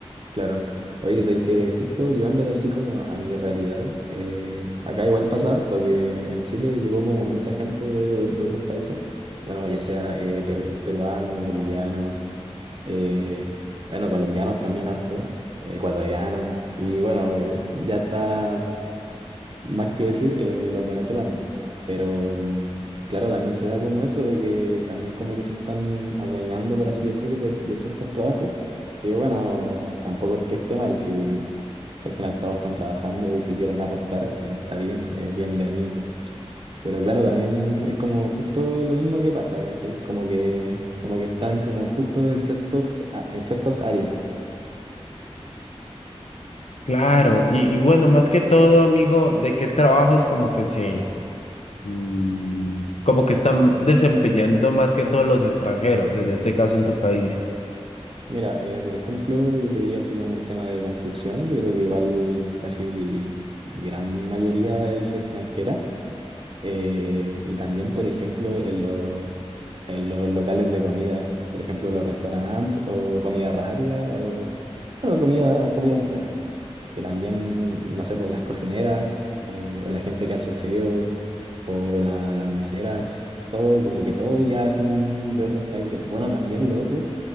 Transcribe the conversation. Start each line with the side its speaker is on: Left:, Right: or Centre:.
Right: Claro. Oye, es que justo llevándolo así como a mi realidad, eh, acá igual pasa harto que en Chile llegó como mucha gente de, de otros países, bueno, ya sea eh, peru- peruanos, bolivianos, eh, bueno, colombianos también harto, eh, ecuatorianos, y bueno, eh, ya está Más que decir eh, los venezolanos, po. Pero mm, claro, también se da como eso de que también como que se están adueñando, por así decir, de, de ciertos trabajos, que bueno, tampoco es que esté mal, si, si al fin y al cabo están trabajando y si quieren aportar, eh, está bien, es bienvenido. Pero claro, también es como justo lo mismo que pasa, ¿cachai? Como que, como que están como justo en ciertos, a- en ciertas áreas.
Left: Claro, y, y bueno, más que todo, amigo, ¿de qué trabajos como que se... mm, como que están desempeñando más que todos los extranjeros, en este caso en tu país.
Right: Mira, eh, por ejemplo, yo te diría así como el tema de construcción, yo creo que igual casi gran mayoría es extranjera eh, y también, por ejemplo, en los, en los locales de comida, por ejemplo, los restaurantes o comida rápida o, bueno, comida, comida en general, que también, no sé, pues las cocineras eh, o la gente que hace aseo o la- las meseras, todo, como que todo ya son de otros países. Bueno, también lo otro